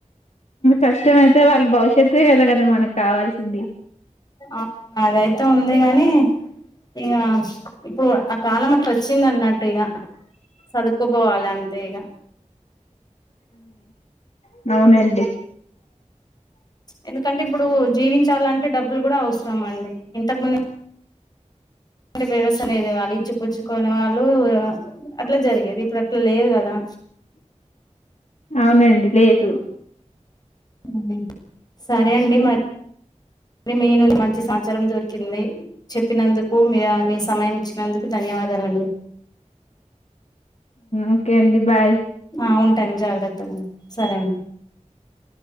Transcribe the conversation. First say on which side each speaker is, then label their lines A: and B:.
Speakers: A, on the left (about 60°); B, on the left (about 30°).
A: కష్టమయితే వాళ్ళ భవిష్యత్ ఏ కదా మనకు కావాల్సింది
B: అవు అదయితే ఉంది గానీ ఇగ ఇప్పుడు ఆ కాలం అట్లా అచ్చింది అన్నట్టు ఇక చదుకుపోవాల అంతే ఇగ
A: ఉమ్ అడి
B: ఎందుకంటే ఇప్పుడు జీవించాలంటే డబ్బులు కూడా అవసరం అండి ఇంతకు ముందు అంటే వేవసనదే తేవాలి ఇచ్చి పుచ్చుకునే వాళ్ళు అట్లా జరిగేది ఇప్పుడు అట్లా లేదు కదా
A: అవునండి లేదు
B: ఉ సరే అండి మరి మీ నుంచి మంచి సమాచారం దొరికింది చెప్పినందుకు మీ మీ సమయం ఇచ్చినందుకు ధన్యవాదాలు అండి
A: ఓకే అండి బాయ్
B: ఆ ఉంటాను జాగ్రత్తగా సరే ఆ